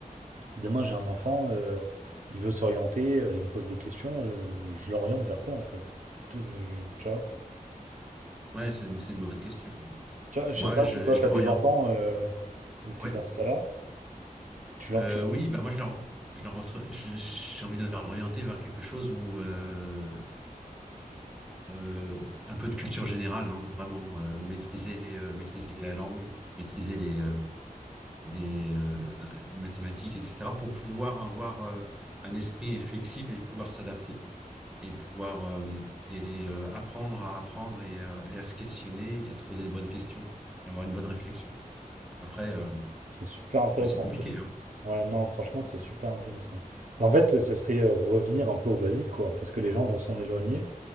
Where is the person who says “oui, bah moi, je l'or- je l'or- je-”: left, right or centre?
Centre